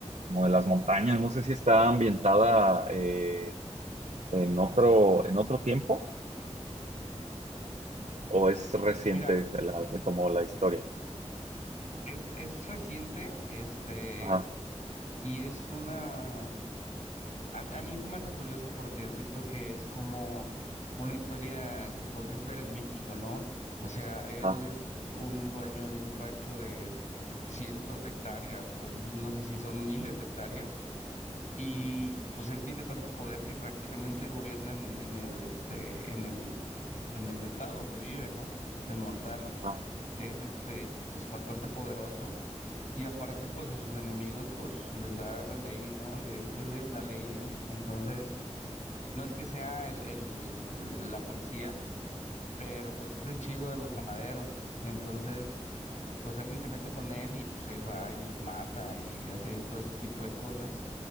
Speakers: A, on the right; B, on the left.
A: como de las montañas. No sé si está ambientada eh, en otro, en otro tiempo o es reciente
B: Mira,
A: la- como la historia.
B: es, es reciente, este,
A: Ajá,
B: y es una, a, a mí se me hace curioso porque siento que es como una historia que podrías ver en México, ¿no? O sea, él
A: ajá,
B: es un dueño de un rancho de cientos de hectáreas o no sé si son miles de hectáreas Y pues él tiene tanto poder que prácticamente gobierna en, en el, este, en el, en el estado donde vive, ¿no? En Montana.
A: ajá,
B: Es este, pues bastante poderoso. Y aparte, pues a sus enemigos, pues les da la ley, ¿no? De Él, él es la ley ahí. Entonces, no es que sea el, el, la policía, pero pues es el chido de los ganaderos. Entonces, pues alguien se mete con él y pues él va y los mata y hace todo ese tipo de cosas